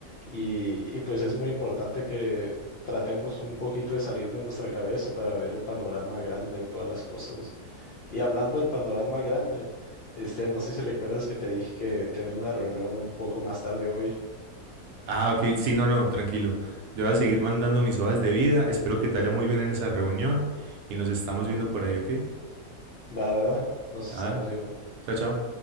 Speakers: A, on the left; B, on the right.
A: Y, y pues es muy importante que tratemos un poquito de salir de nuestra cabeza para ver el panorama grande de todas las cosas. Y hablando del panorama grande, este, no sé si recuerdas que te dije que tenía una reunión un poco más tarde hoy.
B: Ah, ok, sí, no, no, tranquilo. Yo voy a seguir mandando mis hojas de vida. Espero que te vaya muy bien en esa reunión y nos estamos viendo por ahí, ¿ok?
A: Va, va, va, nos
B: Ah,
A: estamos viendo.
B: chao, chao.